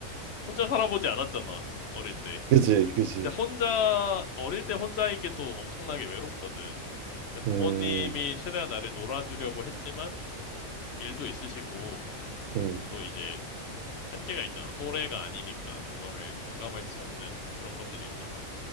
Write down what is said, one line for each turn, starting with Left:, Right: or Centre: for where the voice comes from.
Left: 혼자 살아보지 않았잖아. 어릴 때.
Right: 그지, 그지.
Left: 근데 혼자 어릴 때 혼자인 게 또 엄청나게 외롭거든. 근데 부모님이
Right: 음,
Left: 최대한 나를 놀아주려고 했지만 일도 있으시고
Right: 음,
Left: 또 이제 한계가 있잖아. 또래가 아니니까 그거를 공감할 수 없는 그런 것들이 있잖아.